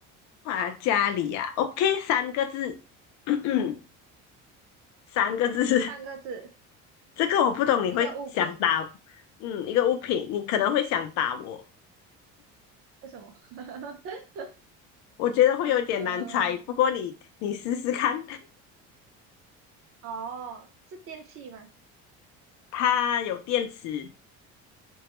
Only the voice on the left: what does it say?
啊，家里啊，OK，三个字，<clears throat> 三个字。
这个我不懂，你会想打，
嗯，一个物品，你可能会想打我。
我觉得会有点难猜，
不过你你试试看，
<laughs> 它有电池，